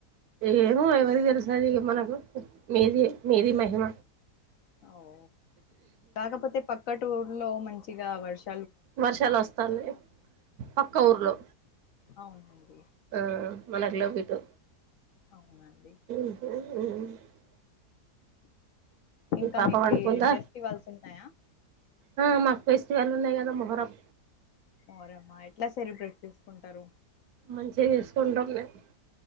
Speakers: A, on the right; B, on the left.
A: ఏమో ఎవరి తెలుసది ఇగ మనకు మీది మీది మహిమ
B: ఆవ్ కాకపోతే పక్క టుర్లో మంచిగా వర్ష
A: వర్షాలు వస్తన్నాయి పక్క ఊర్లో
B: అవునండి
A: ఆ మనకు లేవు ఇటు
B: అవునండి
A: <unintelligible> మీ
B: ఇంకా
A: పాప
B: మీకు
A: పండుకుందా
B: ఈ ఫెస్టివల్స్ ఉన్నాయా
A: ఆ మా ఫెస్టివల్ ఉన్నాయి కదా మోహరం
B: మోహరమా ఎట్లా సెలెబ్రేట్ చేసుకుంటారు
A: మంచిగా చేసుకుంటాం మేము